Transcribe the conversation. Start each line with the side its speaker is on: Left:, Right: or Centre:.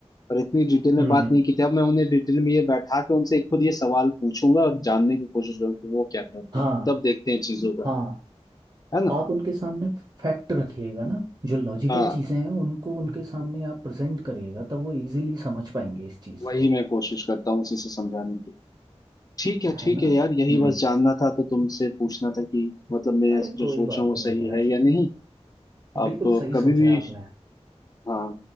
Left: पर इतनी डिटेल में
Right: हम्म
Left: बात
Right: हम्म,
Left: नहीं की थी अब मैं उन्हें डिटेल में ये बैठा के उनसे खुद ये सवाल पूछूंगा और जानने की कोशिश करूंगा कि वो क्या कहते
Right: हाँ
Left: हैं तब देखते हैं चीजों का
Right: हाँ
Left: है ना
Right: आप उनके सामने फैक्ट रखिएगा ना जो लॉजिकल
Left: हाँ
Right: चीज़ें हैं उनको उनके सामने आप प्रेजेंट करिएगा तब वो इजीली समझ पाएंगे इस चीज़
Left: वही
Right: को
Left: मैं कोशिश करता हूँ उसी से समझाने की ठीक है ठीक
Right: है ना
Left: है यार यही
Right: हम्म
Left: बस जानना था तो तुमसे पूछना था कि मतलब मैं
Right: अरे
Left: जो
Right: कोई
Left: सोच
Right: बात
Left: रहा हूँ वो
Right: नहीं
Left: सही
Right: यार
Left: है या नहीं
Right: बिल्कुल
Left: अब
Right: सही
Left: कभी
Right: सोचा
Left: भी
Right: है आपने
Left: हाँ